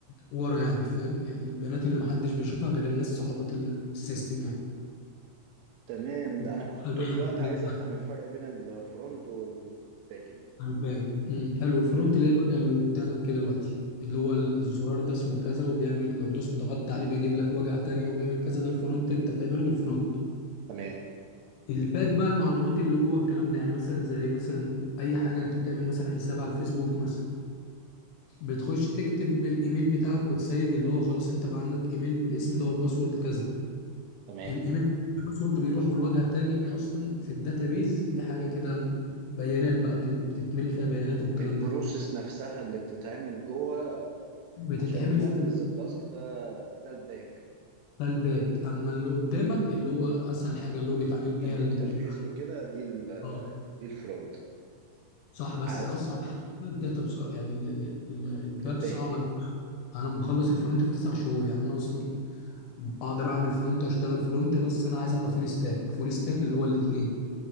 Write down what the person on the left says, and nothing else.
ورا يعني فاهم يعني البيانات اللي محدش بيشوفها غير الناس صحابات السيستم
يعني
على الباك امم حلو الفرونت
اللي هي الواجهه اللي قدامك كده دلوقتي اللي هو الزرار ده اسمه كذا وبيعمل لو دوس ضغطت عليه بيجيب لك واجهه تانية وبيعمل كذا ده الفرونت انت بتعمله بالفرونت
الباك بقى المعلومات اللي جوه الكلام ده يعني مثلا زي مثلا اي حاجه انت بتعمل مثلا حساب على الفيسبوك مثلا بتخش تكتب بالايميل بتاعك وتسيف اللي هو خلاص انت بقى عندك ايميل بالاسم ده والباسورد كذا
الايميل الباسورد بيروح والواجهه التانية اصلا في الداتابيز دي حاجه كده بيانات بقى بت- بتتملي فيها بيانات والكلام
ده
بتتعمل
في
ده الباك اما اللي قدامك اللي هو اسهل حاجه اللي هو بيتعامل بيها
الب...
اه
صح بس
اصعب حاجه الداتا بسرعه يعني ال- ال- ال- الباك
صعبه جداً. انا مخلص الفرونت في تسع شهور يعني انا اصلا اقدر اعمل فرونت واشتغل فرونت بس انا عايز ابقى فول ستاك فول ستاك اللي هو الاثنين